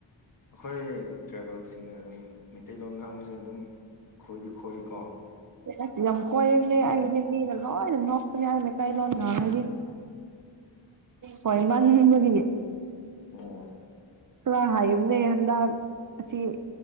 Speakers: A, on the left (about 45°); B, on the right (about 45°).
A: ꯑꯈꯣꯏ ꯇ꯭ꯔꯥꯏꯕꯦꯜꯁꯤꯡꯅ ꯑꯗꯨꯝ ꯃꯩꯇꯩꯂꯣꯟ ꯉꯥꯡꯕꯁꯦ ꯑꯗꯨꯝ ꯈꯣꯏꯗꯤ ꯈꯣꯏꯀꯣ
B: ꯑꯁ ꯂꯝꯀꯣꯏꯕꯅꯦ
A: ꯂꯣꯟ
B: ꯑꯩꯒꯤꯗꯤ ꯃꯤ ꯂꯣꯏ ꯅ ꯃꯀꯥꯏ ꯂ ꯉꯔꯤ ꯍꯣꯏ ꯏꯃ ꯍꯒꯦ
A: ꯑꯣ
B: <unintelligible> ꯍꯥꯏꯕꯅꯦ ꯍꯟꯗꯛ ꯑꯁꯤ